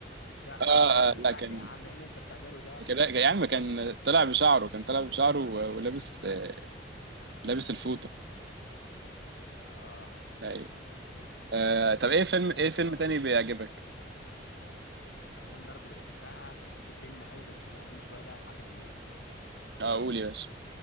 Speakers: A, on the left; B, on the right.
A: في الشقه
B: آه,
A: فبقول له ما
B: آه
A: ينفعش
B: لا كان
A: يا عم ايه اللي انت بتعمله ده
B: كده يا عم كان طلع بشعره كان طلع بشعره و- ولابس آه، لابس الفوطة
A: اه
B: أيوة. آه طب
A: لا
B: ايه فيلم
A: كان لذيذ
B: ايه فيلم
A: قوي
B: تاني بيعجبك؟
A: افلام برضه اللي بحبها بحب فيلم قوي بس ده قديم شويه بقى لعادل امام
B: آه، قول يا باشا